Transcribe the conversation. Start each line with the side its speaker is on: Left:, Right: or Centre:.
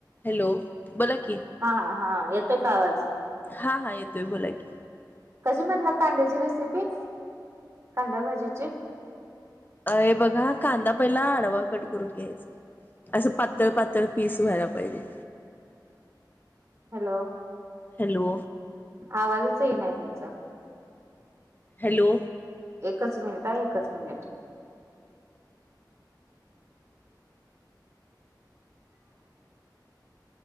Left: Hello बोला की,
Right: हा हा येतोय का आवाज
Left: हा हा येतोय बोला कि..
Right: कशी म्हणला कांद्याची रेसिपी कांदा् भाजीची
Left: अ बघा कांदा पहिला आडवा कट करून घ्यायचा. असं पातळ पातळ पीस व्हायला पाहिजे.
Right: हॅलो,
Left: हॅलो,
Right: आवाजच येइना तुमचा
Left: हॅलो,
Right: एकच मिनिट अ एकच मिनिट